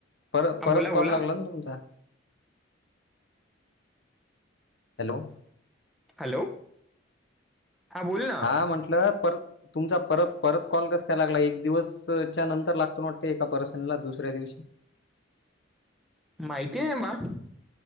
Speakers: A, on the left; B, in the centre.
A: परत परत
B: बोला बोला
A: कॉल लागला. ना तुमचा हॅलो!
B: हॅलो! हा बोल ना
A: हा. म्हटलं परत तुमचा परत परत कॉल कसं काय लागला. एक दिवसच्या नंतर लागतो. एका पर्सन ला दुसऱ्या दिवशी
B: माहिती आहे मंग,